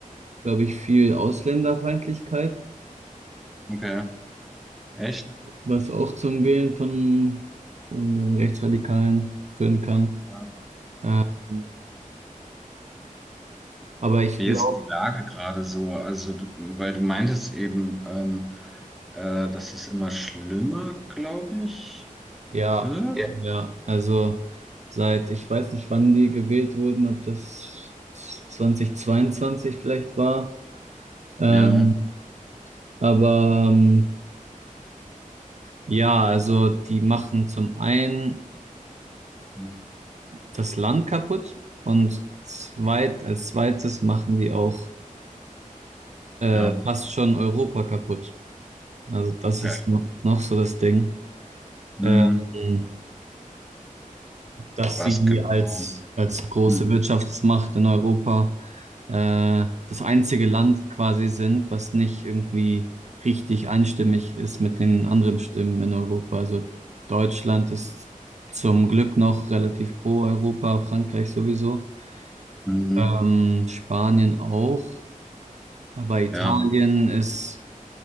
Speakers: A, on the right; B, in the centre.
A: glaube ich, viel Ausländerfeindlichkeit,
B: okay, echt?
A: was auch zum Wählen von, von den Rechtsradikalen führen kann.
B: Ja.
A: Ähm, aber ich
B: Wie
A: glaube,
B: ist die Lage gerade so? Also, d- weil du meintest eben, ähm, äh, dass es immer schlimmer, glaube ich,
A: Ja,
B: wird. Ja.
A: ja, also seit, ich weiß nicht, wann die gewählt wurden, ob das 2022 vielleicht war. Ähm,
B: Ja,
A: aber ähm, ja, also die machen zum einen
B: Hm.
A: das Land kaputt und zweit, als zweites machen die auch äh,
B: ja,
A: fast schon Europa kaputt. Also das
B: okay.
A: ist no, noch so das Ding.
B: Hm.
A: Ähm, dass
B: Was
A: sie
B: genau?
A: als, als große
B: Hm.
A: Wirtschaftsmacht in Europa äh, das einzige Land quasi sind, was nicht irgendwie richtig einstimmig ist mit den anderen Stimmen in Europa. Also Deutschland ist zum Glück noch relativ pro Europa, Frankreich sowieso,
B: Mhm.
A: ähm, Spanien auch, aber Italien
B: Ja,
A: ist